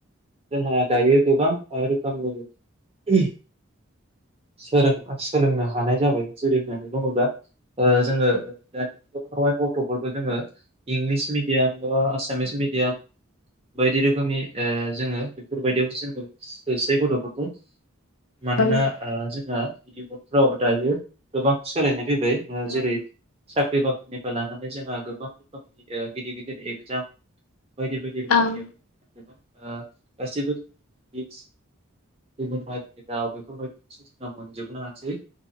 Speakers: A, on the right; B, on the left.
A: जोंहा दायो ओ गोबां रोखोमनि सोलोंनो हानाय जाबाय जेरै होननानै बुङोब्ला ओ जोङो <unintelligible> बयबो जोङो इंलिस मिडियाम बा आसामिस मिडियाम बायदि रोखोमनि ओ जोङो बेफोरबायदियाव जोङो सोसै गथ'फोरखौ मानोना
B: औ
A: ओ जोङो थिलिफ्राव दायो गोबां सोलायनाय फैबाय ओ जेरै
B: औ
A: साख्रि बा निफ्राय लानानै जोंहा गोबां रोखोमनि ओ गिदिर गिदिर एगजाम बायदि बायदि रोखोमनि
B: ओं
A: ओ गासैबो भिस गुबुन हारिनि राव बेफोरबायदिसो जोंना मोनजोबनो हासै